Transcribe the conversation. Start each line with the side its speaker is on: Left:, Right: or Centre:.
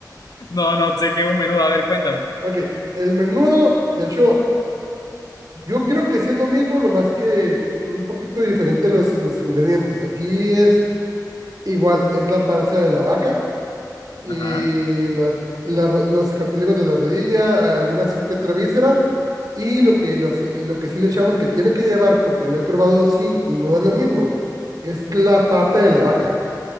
Left: No, no sé qué es un menudo, a ver, cuéntame.
Right: Ok, el menudo, de hecho, yo creo que sí es lo mismo, nomás que un poquito diferente los, los ingredientes. Aquí es igual, es la panza de la vaca eh,
Left: Ajá.
Right: la- la ro- los cartílagos de la rodilla, algunas que otra víscera, y lo que, lo, hace- lo que sí le echamos que tiene que llevar, porque lo he probado sin y no es lo mismo, es la pata de la vaca.